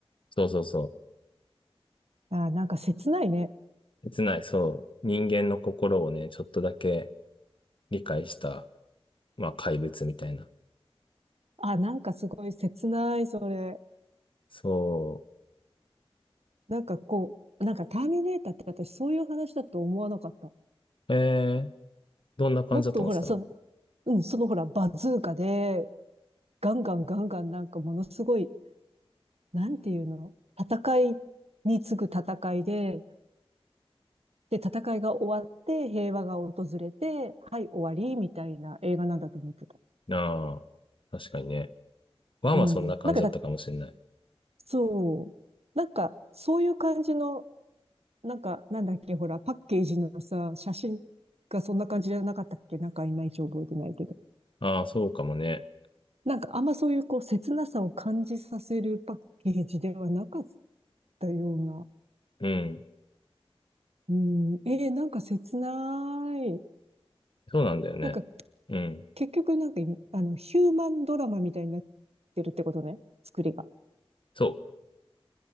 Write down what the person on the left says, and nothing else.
そうそうそ
う。切ない。そう。人間の心をね、ちょっとだけ理解した、まあ怪物みたいな。
そ
う。えー、どんな感じだと思ってたの
ああー、確かにね。ワンはそんな感じだったかもしれない。
ああ、そうかもね。
うん。
そうなんだよね。
うん。
そ